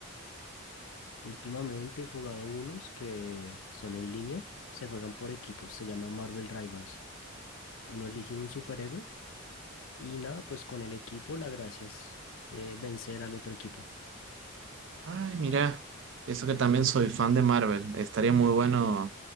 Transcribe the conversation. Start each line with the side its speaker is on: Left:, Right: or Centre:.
Left: Últimamente he jugado unos que son en línea, se juegan por equipos, se llama Marvel Rivals. Uno elige un superhéroe y nada, pues con el equipo la gracia es eh, vencer al otro equipo.
Right: Ay, mira, eso que también soy fan de Marvel. Estaría muy bueno